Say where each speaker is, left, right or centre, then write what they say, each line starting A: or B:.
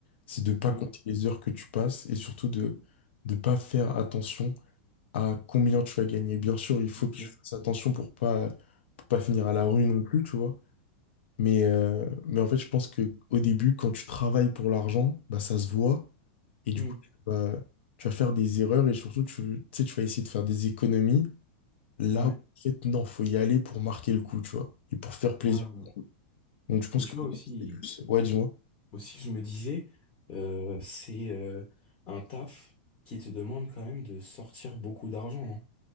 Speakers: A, on the left (about 75°); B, on the left (about 25°).
A: c'est de pas
B: Mm.
A: compter les heures que tu passes et surtout de ne pas faire attention à combien tu vas gagner. Bien sûr, il faut
B: ok.
A: que tu fasses attention pour pas, pour pas finir à la rue non plus, tu vois. Mais, euh, mais en fait, je pense que au début, quand tu travailles pour l'argent, bah, ça se voit. Et du
B: Mm.
A: coup, tu vas, tu vas faire des erreurs et surtout, tu, tu sais, tu vas essayer de faire des économies là
B: Ouais.
A: où, en fait, non, faut y aller pour marquer le coup, tu vois, et pour faire plaisir.
B: Ouais, ouais.
A: Donc, je pense
B: Mais tu
A: que...
B: vois aussi
A: Ouais, dis-moi.
B: aussi je me disais euh, c'est euh, un taf qui te demande quand même de sortir beaucoup d'argent, non?